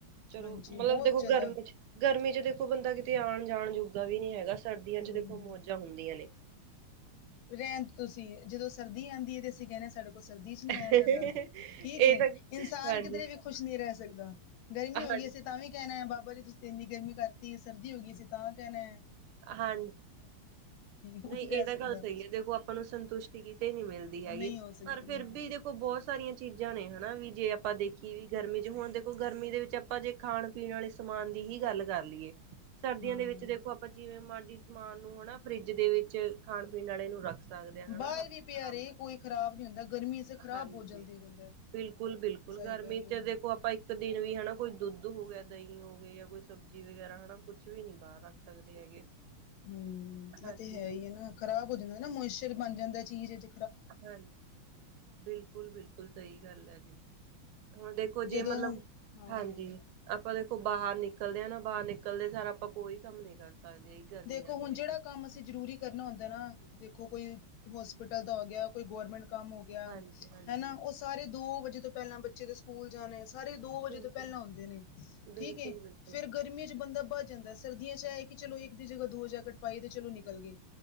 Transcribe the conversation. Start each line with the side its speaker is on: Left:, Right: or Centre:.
Right: ਚਲੋ
Left: ਹਾਂਜੀ
Right: ਮਤਲਬ
Left: ਬਹੁਤ
Right: ਦੇਖੋ
Left: ਜ਼ਿਆਦਾ
Right: ਗਰਮੀ ਚ ਗਰਮੀ ਚ ਦੇਖੋ ਬੰਦਾ ਕਿਤੇ ਆਣ-ਜਾਣ ਜੋਗਾ ਵੀ ਨ੍ਹੀਂ ਹੈਗਾ ਸਰਦੀਆਂ ਚ
Left: ਹੂੰ
Right: ਦੇਖੋ ਮੌਜਾਂ ਹੁੰਦੀਆਂ ਨੇ।
Left: ਰਹਿਣ ਦੋ ਤੁਸੀਂ, ਜਦੋਂ ਸਰਦੀ ਆਂਦੀ ਐ ਤੇ ਅਸੀਂ ਕਹਿਨੇ ਸਾਡੇ ਕੋਲ ਸਰਦੀ ਚ ਨ੍ਹੀਂ ਆਇਆ
Right: ਇਹ
Left: ਜਾਂਦਾ। ਠੀਕ ਏ,
Right: ਤਾਂ
Left: ਇਨਸਾਨ
Right: ਹਾਂਜੀ
Left: ਕਿਧਰੇ ਵੀ ਖੁਸ਼ ਨ੍ਈ ਰਹਿ ਸਕਦਾ ਗਰਮੀ ਹੋ
Right: ਹਾਂਜੀ
Left: ਗਈ ਅਸੀਂ ਤਾਂ ਵੀ ਕਹਿਣਾ ਐ ਬਾਬਾ ਜੀ ਤੁਸੀਂ ਤੇ ਇੰਨੀ ਗਰਮੀ ਕਰਤੀ, ਸਰਦੀ ਹੋ ਗਈ ਅਸੀ ਤਾਂ ਕਹਿਣਾ ਐ।
Right: ਹਾਂਜ,
Left: ਉਹ
Right: ਨਈਂ
Left: ਨਹੀਂ
Right: ਇਹ
Left: ਰਹਿ
Right: ਤਾਂ
Left: ਸਕਦਾ
Right: ਗੱਲ ਸਹੀ ਐ ਦੇਖੋ ਆਪਾਂ ਨੂੰ ਸੰਤੁਸ਼ਟੀ ਕੀਤੀ ਕਿਤੇ ਨ੍ਹੀਂ ਮਿਲਦੀ ਹੈਗੀ
Left: ਨਹੀਂ ਹੋ ਸਕਦੀ
Right: ਪਰ ਫਿਰ
Left: ਹਾਂ
Right: ਵੀ ਦੇਖੁ ਦੇਖੋ ਬਹੁਤ ਸਾਰੀਆਂ ਚੀਜ਼ਾਂ ਨੇ ਹਨਾਂ ਵੀ ਜੇ ਆਪਾਂ ਦੇਖੀ ਵੀ ਗਰਮੀ ਚ ਹੁਣ ਦੇਖੋ ਗਰਮੀ ਦੇ ਵਿੱਚ ਆਪ ਆਪਾਂ ਜੇ ਖਾਣ-ਪੀਣ ਵਾਲੇ ਸਮਾਨ ਦੀ ਹੀ ਗੱਲ ਕਰ ਲਈਏ ਸਰਦੀਆਂ
Left: ਹਾਂ
Right: ਦੇ ਵਿੱਚ ਦੇਖੋ ਆਪਾਂ ਆਪਾਂ ਜਿਵੇਂ ਮਰਜ਼ੀ ਸਮਾਨ ਨੂੰ ਹਨਾ ਫਰਿੱਜ ਦੇ ਵਿੱਚ ਖਾਣ-ਪੀਣ ਵਾਲੇ ਨੂੰ ਰੱਖ ਸਕਦੇ ਆ ਹਨਾ
Left: ਬਾਹਰ ਵੀ ਪਿਆ
Right: ਆਰਾਮ
Left: ਰੇ
Right: ਨਾਲ
Left: ਕੋਈ ਖ਼ਰਾਬ ਨੀ ਹੁੰਦਾ, ਗਰਮੀ ਚ ਖ਼ਰਾਬ
Right: ਹਾਂਜੀ।
Left: ਬਹੁਤ ਜਲਦੀ ਹੋ ਜਾਂਦਾ।
Right: ਬਿਲਕੁਲ ਬਿਲਕੁਲ,
Left: ਸਹੀ
Right: ਗਰਮੀ
Left: ਗੱਲ ਹੈ
Right: ਚ ਦੇਖ ਆਪਾਂ ਇੱਕ ਦਿਨ ਵੀ ਹਨਾ ਕੋਈ ਦੁੱਧ ਹੋ ਗਿਆ, ਦਹੀਂ ਹੋ ਗੇ ਜਾਂ ਕੋਈ ਸਬਜ਼ੀ ਵਗੈਰਾ ਹਨਾ ਕੁਛ ਵੀ ਨੀ ਬਾਹਰ ਰੱਖ ਸਕਦੀ ਹੈਗੇ।
Left: ਹਂ
Right: ਹਾਂਜੀ
Left: ਆ ਤੇ ਹੈ
Right: ਹਾਂਜੀ
Left: ਈ ਐ ਨਾ ਖ਼ਰਾਬ ਹੋ ਜਾਂਦਾ ਨਾ ਮੋਇਸ਼ਰ ਬਣ ਜਾਂਦਾ ਚੀਜ਼ ਇਚ
Right: ਹਾਂਜ ਬਿਲਕੁਲ ਬਿਲਕੁਲ ਸਹੀ ਗੱਲ ਐ ਜੀ। ਹੁਣ ਦੇਖੋ ਜੇ
Left: ਜਦੋਂ
Right: ਮਤਲਬ
Left: ਹਾਂ
Right: ਹਾਂਜੀ ਆਪਾਂ ਦੇਖੋ ਬਾਹਰ ਨਿਕਲਦੇ ਹਾਂ ਨਾ ਬਾਹਰ ਨਿਕਲਦੇ ਸਾਰਾ ਆਪਾਂ ਕੋਈ ਕੰਮ ਨੀ ਕਰ ਸਕਦੇ। ਗਰਮੀਆਂ
Left: ਦੇਖੋ
Right: ਦੇ
Left: ਹੁਣ
Right: ਵਿੱਚ
Left: ਜਿਹੜਾ ਕੰਮ ਅਸੀਂ ਜ਼ਰੂਰੀ ਕਰਨਾ ਹੁੰਦਾ ਨਾ ਦੇਖੋ ਕੋਈ ਹੋਸਪਿਟਲ ਦਾ ਹੋ ਗਿਆ, ਕੋਈ ਗਵਰਮੈਂਟ ਕੰਮ ਹੋ ਗਿਆ।
Right: ਹਾਂਜੀ ਹਾਂਜੀ
Left: ਹੈਨਾਂ ਉਹ ਸਾਰੇ ਦੋ ਵਜੇ ਤੋਂ ਪਹਿਲਾਂ ਬੱਚੇ ਦੇ ਸਕੂਲ ਜਾਣੇ ਸਾਰੇ ਦੋ ਵਜੇ
Right: ਬਿਲਕੁਲ
Left: ਤੋਂ ਪਹਿਲਾਂ ਹੁੰਦੇ ਨੇ
Right: ਬਿਲਕੁਲ
Left: ਠੀਕ ਏ,
Right: ਬਿਲਕੁਲ
Left: ਫੇਰ ਗਰਮੀਆਂ ਚ ਬੰਦਾ ਬਚ ਜਾਂਦਾ ਏ। ਸਰਦੀਆਂ ਚ ਇਹ ਕਿ ਚਲੋ ਇੱਕ ਦੀ ਜਗ੍ਹਾ ਦੋ ਜੈਕਟ ਪਾਈ ਤੇ ਚਲੋ ਨਿਕਲ ਗਏ,